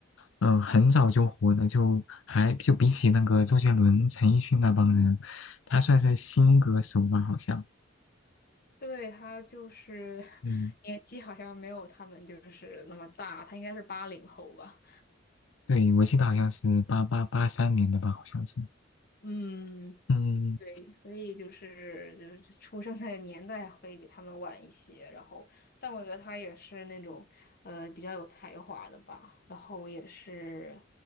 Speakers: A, on the left; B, on the left.
A: 嗯，很早就火的，就还就比起那个周杰伦、陈奕迅那帮人，他算是新歌手吧，好像。
B: 对，他就是 <laughs>
A: 嗯，
B: 年纪好像没有他们就是那么大，他应该是八零后吧。
A: 对，我记得好像是八八八三年的吧，好像是。
B: 嗯，
A: 嗯，
B: 对，所以就是就是出生的年代会比他们晚一些。然后，但我觉得他也是那种呃比较有才华的吧。然后也是